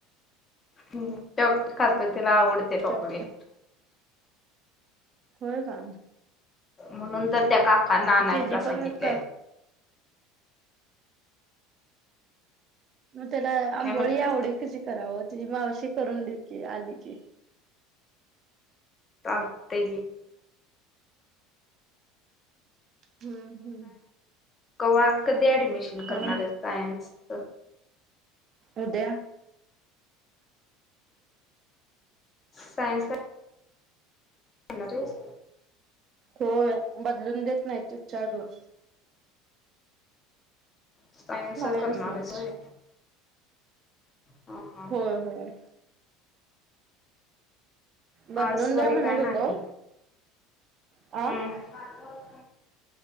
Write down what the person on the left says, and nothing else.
हम् चॉकलेट खातोय तिला आवडते चॉकलेट
म्हणून तर त्या काकांना आणायला
सांगितले
काय म्हटलीस
चालतंय की
कव्हा कधी ऍडमिशन
करणार आहे सायन्सच
सायन्सला येणार आहेस
सायन्सच
करणार आहेस होय हा हा.
आर्ट्स वगैरे
काय
नाही
हम्म